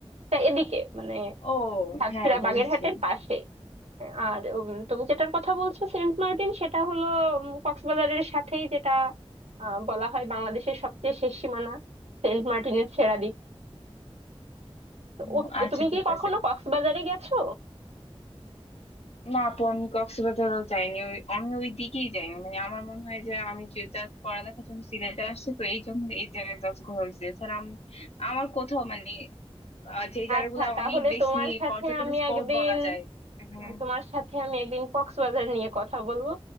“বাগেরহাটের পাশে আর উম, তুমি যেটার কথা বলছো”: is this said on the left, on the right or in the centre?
Right